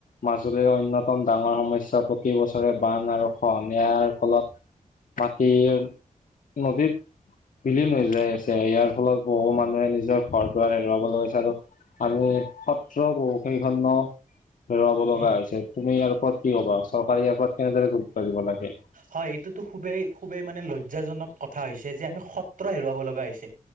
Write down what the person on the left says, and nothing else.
মাজুলীৰ অন্যতম ডাঙৰ সমস্যা প্ৰতি বছৰে বান আৰু। খহনীয়াৰ ‌ফলত‌ মাটিৰ নদীত। বিলীন হৈ যাই আছে। ইয়াৰ ফলত বহু মানুহে নিজৰ। ঘৰ‌ দুৱাৰ‌ হেৰুৱাব লগা হৈছে আৰু পানী সত্ৰ বহু কেইখন ‌ন। হেৰুৱাব লগা
হৈছে? তুমি ইয়াৰ ওপৰত কি কবা চৰকাৰে ইয়াৰ ওপৰত কেনেদৰে গুৰুত্ব দিব লাগে!